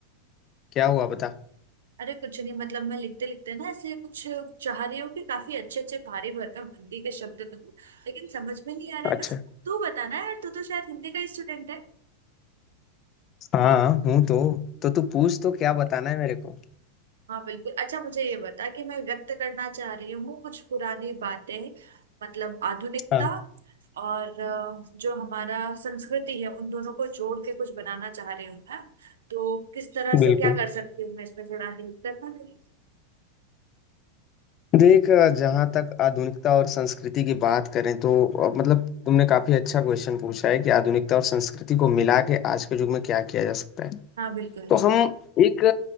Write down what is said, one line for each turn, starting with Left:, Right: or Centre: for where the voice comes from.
Left: क्या हुआ बता
Right: अरे कुछ नहीं मतलब मैं लिखते लिखते ना ऐसे कुछ चाह रही हूँ कि काफी अच्छे अच्छे भारी भरकम हिंदी के शब्द दूँ लेकिन समझ में नहीं आ रहा है
Left: अच्छा
Right: बस तू बताना यार तू तो शायद हिंदी का स्टूडेंट है
Left: हाँ हूँ तो तो तू पूछ तो क्या बताना है मेरे को
Right: हाँ बिल्कुल अच्छा मुझे ये बता कि मैं व्यक्त करना चाह रही हूँ कुछ पुरानी बातें मतलब आधुनिकता
Left: हाँ
Right: और अ, जो हमारा संस्कृति है उन दोनों को जोड़ के कुछ बनाना चाह रही हूँ मैं तो किस तरह
Left: बिल्कुल
Right: से क्या कर सकती हूँ मैं इसमें थोड़ा हेल्प करना मेरी
Left: देख जहाँ तक आधुनिकता और संस्कृति की बात करें तो अ, मतलब तुमने काफी अच्छा क्वेश्चन पूछा है कि आधुनिकता और संस्कृति को मिला के आज के युग में क्या किया जा सकता है
Right: हाँ बिल्कुल
Left: तो हम एक